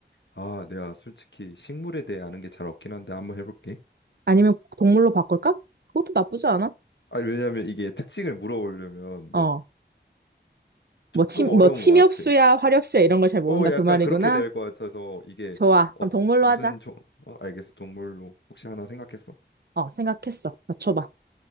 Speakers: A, on the left; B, on the right.
A: 아, 내가 솔직히 식물에 대해 아는 게 잘 없긴 한데 한번 해볼게.
B: 아니면 동물로 바꿀까? 그것도 나쁘지 않아.
A: 아니, 왜냐면 이게 특징을 물어보려면
B: 어,
A: 막 조금
B: 뭐 침,
A: 어려운
B: 뭐 침엽수야,
A: 것 같아.
B: 화렵수야 이런 걸 잘 모른다
A: 어, 약간
B: 그 말이구나.
A: 그렇게 될 것 같아서 이게
B: 좋아. 그럼
A: 어,
B: 동물로
A: 무슨
B: 하자.
A: 종, 어, 알겠어. 동물로 혹시 하나 생각했어?
B: 어, 생각했어. 맞춰봐.